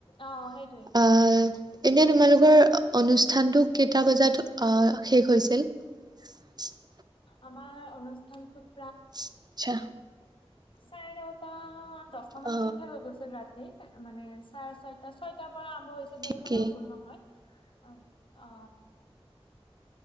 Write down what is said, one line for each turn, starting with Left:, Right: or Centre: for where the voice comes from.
Left: অ সেইটোৱে
Right: আ এনেই তোমালোকৰ অনুষ্ঠানটো কেইটা বজাত আ শেষ হৈছিল? <inaudible>
Left: আমাৰ অনুষ্ঠানটোত
Right: আচ্ছা
Left: চাৰে নটা দহটা মানত
Right: অ
Left: শেষে হৈ গৈছিল ৰাতি। মানে চাৰে ছয়টা ছয়টা পৰা আৰম্ভ হৈছে
Right: ঠিকেই
Left: বুলি কলেও ভুল নহয়। অ অ,